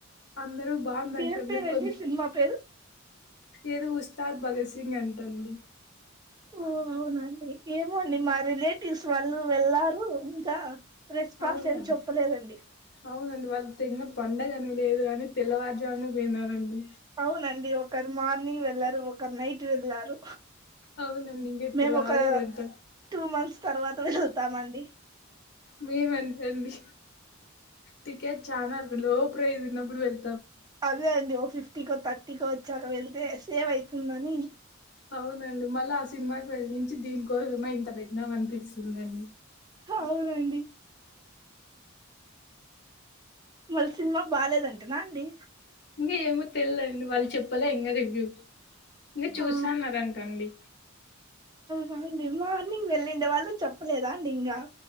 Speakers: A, on the left (about 55°); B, on the right (about 20°).
A: అందరూ బాగుందంట
B: ఏం
A: అంద
B: పేరండి
A: కొన్ని
B: సినిమా పేరు
A: ఏదో ఉస్తాద్ భగత్ సింగ్ అంటండి
B: ఓ అవునండి ఏమోండి మా రిలేటివ్స్ వాళ్ళు వెళ్లారు ఇంకా రెస్పాన్స్
A: అవునండి
B: ఏం చెప్పలేదండి
A: అవునండి వాళ్ళు తిన్న పండగని లేదు గనీ తెల్లవారుజామున పొయినార అండి
B: అవునండి ఒకరు మార్నింగ్ వెళ్లారు ఒకరు నైట్ వెళ్లారు
A: అవునండి ఇంకా ఇప్పుడు
B: మేము
A: రాలేదంట
B: ఒక టూ మంత్స్ తర్వాత వెళ్తామండి
A: మేమంతే అండి టికెట్ చాలా లో ప్రైస్ ఉన్నప్పుడు వెళ్ళ
B: అదే అండి ఓ ఫిఫ్టీకో థర్టీకో వచ్చాక వెళ్తే సేవ్ ఐతుందని
A: అవునండి మళ్ళ ఆ సినిమాకి వెళ్ళించి దీనికోసమ ఇంత పెట్టినామ అనిపిస్తుంది అండి
B: అవునండి మల్ సినిమా బాలేదంట నా అండి
A: ఇంకా ఏమో తెలిదండి వాళ్ళు చెప్పలే ఇంక రివ్యూ ఇంకా చూసాన్నారంటండి
B: ఆ మార్నింగ్ మార్నింగ్ వెళ్ళిండే వాళ్లు చెప్పలేదాండి ఇంకా